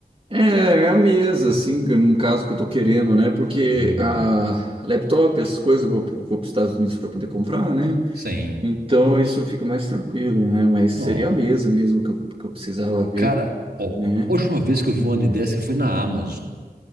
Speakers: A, on the right (about 35°); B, on the right (about 85°).
A: É, é a mesa, assim, que- no caso que eu tô querendo, né? Porque
B: Hum,
A: a laptop, essas coisas, eu vou, pro- vou para os Estados Unidos para poder comprar, né?
B: sim.
A: Então isso fica mais tranquilo, né? Mas
B: Não.
A: seria a mesa mesmo que eu, que eu precisava ver,
B: Cara, ó,
A: né?
B: a última vez que eu vi uma Anidesk foi na Amazon.